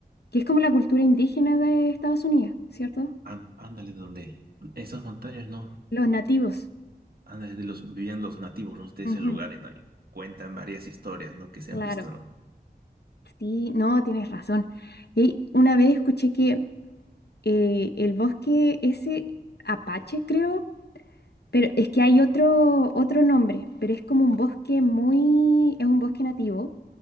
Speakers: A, on the left; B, on the right.
A: que es como la cultura indígena de Estados Unidos, ¿cierto?
B: Án- ándale de donde esas montañas, ¿no?
A: Los nativos.
B: Ándale de los vivían los nativos, ¿no? De
A: Ujú,
B: ese lugar, ¿no? Y cuentan varias historias, ¿no? Que se
A: claro.
B: han visto, ¿no?
A: Sí, no, tienes razón. Y una vez escuché que eh, el bosque ese Apache, creo, pero es que hay otro, otro nombre, pero es como un bosque muy... es un bosque nativo